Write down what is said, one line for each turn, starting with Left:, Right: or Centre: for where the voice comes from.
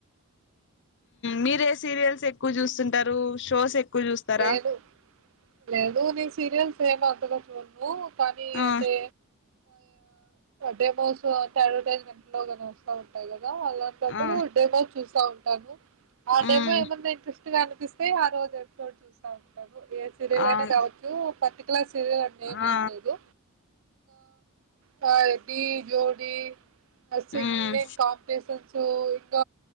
Left: మీరే సీరియల్స్ ఎక్కువ చూస్తుంటారు షోస్ ఎక్కువ చూస్తారా
Right: లేదు లేదు నీ సీరియల్ ఫేమా చూడను పనీ
Left: ఆ
Right: అంటే డే మోస్ట్ మొత్తం అడ్వర్టజమెంట్లో వస్తా ఉంటాయి గద అలాంటప్పుడు
Left: ఆ
Right: డే వైస్ చూస్తా టబు ఆ
Left: మ్మ్
Right: టైమ్ ఏమంది అనిపిస్తూ అనిపిస్తే ఆ రోజు కొట్టి సంపుతారు ఏ సీరియల్
Left: అవును
Right: అయినా కావచ్చు పతి క్లాస్ సరే <unintelligible>
Left: ఆ
Right: ఏం లేదు కాయిటి జోడీ సింగింగ్
Left: మ్మ్
Right: కాంపిటీషన్ సో ఇంగ